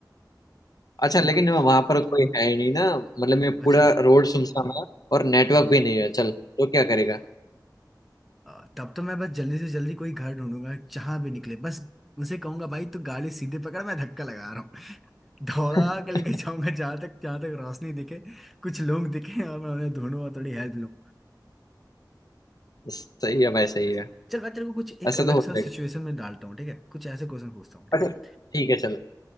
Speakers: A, on the left; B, in the centre.
A: अच्छा
B: बिल्कुल
A: लेकिन वहां पर कोई है ही नहीं ना मतलब मैं
B: अच्छा
A: पूरा रोड सुनसान है और नेटवर्क
B: हाँ
A: भी नहीं है चल तो क्या करेगा
B: आ, तब तो मैं बस जल्दी से जल्दी कोई घर ढूंढूंगा जहां भी निकले बस उनसे कहूंगा भाई तू गाड़ी सीधे पकड़ मैं धक्का लगा रहा हूँ <laughs> दौड़ा
A: <laughs>
B: के लेके जाऊंगा जहां तक जहां तक रोशनी दिखे कुछ लोग दिखे और मैं उन्हें ढूंढूं और थोड़ी हेल्प लूं
A: सही है भाई सही
B: अच्छा
A: है
B: चल मैं तेरे को कुछ एक
A: ऐसा
B: अलग
A: तो हो
B: सा
A: जाएगा
B: सिचुएशन में डालता हूँ ठीक है कुछ ऐसे क्वेश्चन पूछता हूँ ठीक
A: अच्छा
B: है
A: ठीक है चल